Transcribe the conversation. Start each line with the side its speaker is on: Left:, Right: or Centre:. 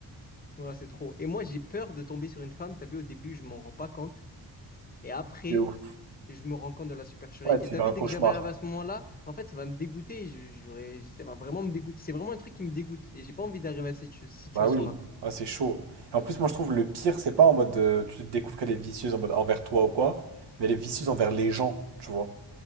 Left: voilà, c'est trop. Et moi, j'ai peur de tomber sur une femme. T'as vu, au début, je m'en rends pas compte. Et après,
Right: C'est ouf.
Left: je me rends compte de la supercherie.
Right: Ouais,
Left: Et
Right: tu
Left: t'as
Right: fais
Left: vu,
Right: un
Left: dès
Right: cauchemar.
Left: que j'arrive à ce moment-là, en fait, ça va me dégoûter. Je- J'aurais, ça va vraiment me dégoûter. C'est vraiment un truc qui me dégoûte. Et j'ai pas envie d'arriver à cette ch- situation-là.
Right: Bah oui. ah c'est chaud. Et en plus, moi, je trouve le pire, c'est pas en mode euh, tu découvres qu'elle est vicieuse en mode envers toi ou quoi, mais elle est vicieuse envers les gens, tu vois.